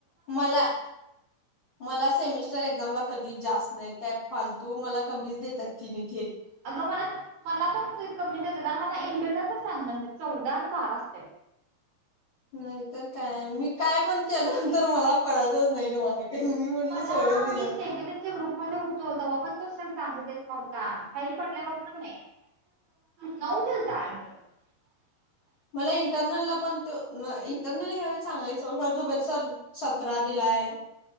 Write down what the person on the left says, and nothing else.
मला -मला, सेमिस्टर एक्झाम ला- कधीच जास्त नाही. त्यात फालतू मला कमीच देतात किनि -
नाहीतर काय? मी काय पण केलंंत मला पळायचच नाही मार- मी म्हणल
सोडून दिलं.
मला इंटरनलला पण त इंटरनल ह हवे चांगली स जुबेर सर सतरा दिलाय